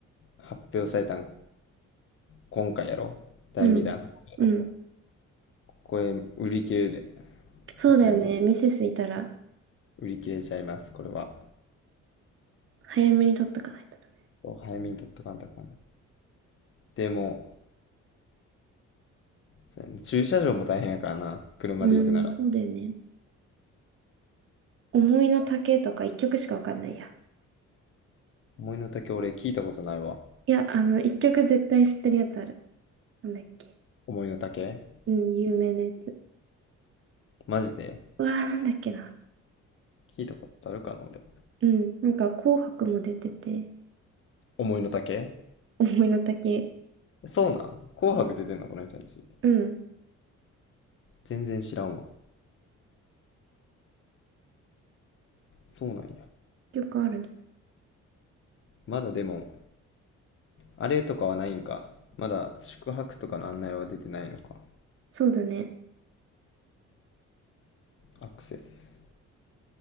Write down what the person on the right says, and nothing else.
うん。うん。
そうだよね。
ミセスいたら、
早めに取っとかないとな。
うん、そうだよね。思いの丈とか一曲しかわかんないや。
いや、あの、一曲絶対知ってるやつある。なんだっけ。
うん、有名なやつ。
うわー、なんだっけな。
うん、なんか紅白も出てて、
思いの丈。
うん、
曲あるね。
そうだね。